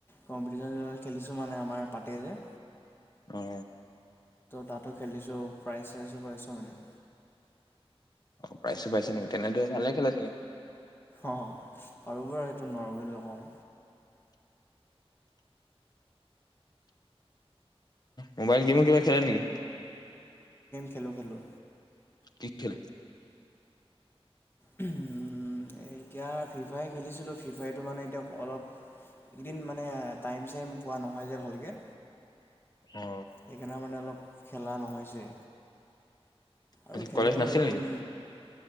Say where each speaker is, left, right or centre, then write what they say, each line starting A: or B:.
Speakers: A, on the left (about 20°); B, on the left (about 40°).
A: কম্পিটিশন খেলিছো মানে আমাৰ পাতে যে।
B: অ
A: তাতো খেলিছো প্ৰাইজ চাইজো পাইছো মানে।
B: অ পাইছো পাইছো নেকি তেনেত ভালে খেলা চাগে।
A: অ পাৰো বাৰু সেইটো নোৱাৰো বুলি নকওঁ।
B: মোবাইল গেম কিবা খেলে নেকি?
A: খেলো খেলোঁ।
B: কি খেল?
A: এতিয়া ফ্ৰী ফায় খেলিছিলোঁ ফ্ৰী ফায়টো মানে এতিয়া অলপ এইকেইদিন মানে টাইম চাইম পোৱা নহয় যে ভালকৈ
B: অ
A: সেইকাৰণে মানে অলপ খেলা নহৈছে। আৰু
B: আজি
A: খেলিবই
B: কলেজ নাছিল
A: দেখোন,
B: নেকি